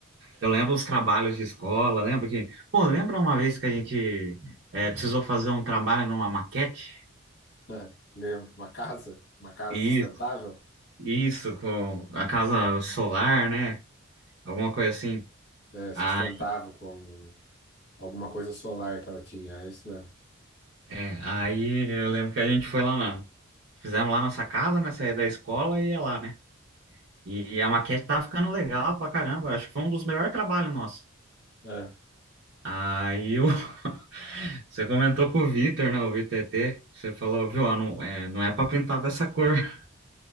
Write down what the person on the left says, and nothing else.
É, lembro, uma casa, uma casa
sustentável,
é, sustentável
com alguma coisa solar que ela tinha, é isso mesmo.
É.